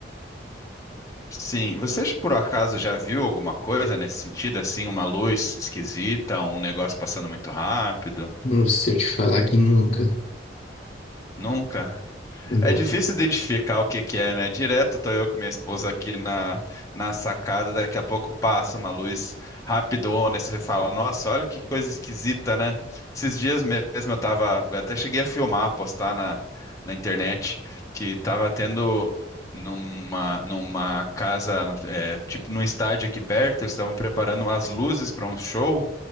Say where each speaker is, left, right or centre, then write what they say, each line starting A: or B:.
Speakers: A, on the left; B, on the left.
A: Sim, vocês por acaso já viu alguma coisa nesse sentido, assim, uma luz esquisita, um negócio passando muito rápido?
B: Não sei eu te falar que nunca,
A: Nunca?
B: nunca.
A: É difícil identificar o que que é, né? Direto tô eu com minha esposa aqui na, na sacada, daqui a pouco passa uma luz rapidona e você fala, nossa, olha que coisa esquisita, né? Esses dias mesmo eu tava, eu até cheguei a filmar, postar na, na internet, que tava tendo numa, numa casa, é, tipo num estádio aqui perto, eles estavam preparando umas luzes para um show,